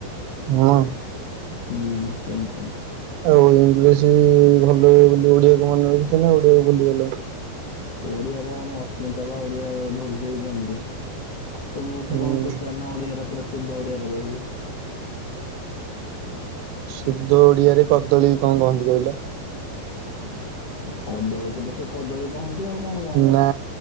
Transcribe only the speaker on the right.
ହଁ।
ଆଉ ଇଂଲିଶି-ଇ-ଇ-ଇ ଭଲ ବୋଲି ଓଡିଆକୁ ମନେ ରଖିଛ ନା ଓଡିଆକୁ ଭୁଲିଗଲଣି?
ହୁଁ।
ସୁଦ୍ଧ ଓଡିଆରେ କଦଳୀ କୁ କଣ କହନ୍ତି କହିଲ?
ନା